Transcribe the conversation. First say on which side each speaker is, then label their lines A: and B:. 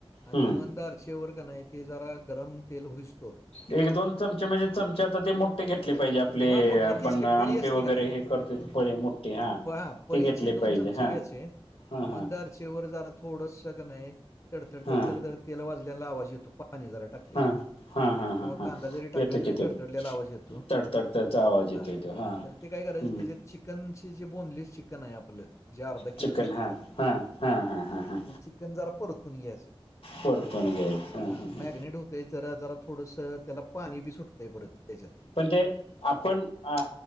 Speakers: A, on the left; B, on the left.
A: आणि
B: हम्म
A: मंद आचेवर की नाय ते जरा गरम तेल होईतोवर
B: एक दोन चमचे म्हणजे चमचे आता ते मोठे घेतले पाहिजे आपले
A: मग मोठी
B: आपण
A: तीच की
B: आमटी
A: पळी असती
B: वगैरे
A: का नाही?
B: हे करतो पळे मोठे हा
A: प हां, पळीचे
B: ते घेतले पाहिजे
A: चमचे
B: हा.
A: घ्यायचे
B: हा हा
A: मंद आचेवर जात थोडसं कणाय तडतड
B: हा
A: तडतडतड तेल वाजल्याला आवाज येतो पाणी जरा टाकले
B: हा
A: की,
B: हा हा
A: किंवा
B: हा हा
A: कांदा जरी टाकला
B: येतो
A: तरी
B: की त्यो
A: तडतडलेला आवाज येतो
B: तडतडतडचा आवाज येतोय
A: हा
B: तो
A: तर ते काय करायचं
B: हम्म
A: त्याच्यात चिकनचे जे बोनलेस चिकन आहे आपलं जे अर्धा किलो
B: चिकन
A: घेतले
B: हा
A: आपण
B: हा हा हा हा हा.
A: ते चिकन जरा परतून घ्यायचं
B: परतून घ्यायच
A: हा
B: ह
A: मॅगनेट
B: ह
A: होत ते जरा जरा थोडंसं त्याला पाणी बी सुटतंय परत त्याच्यात
B: पण ते आपण अ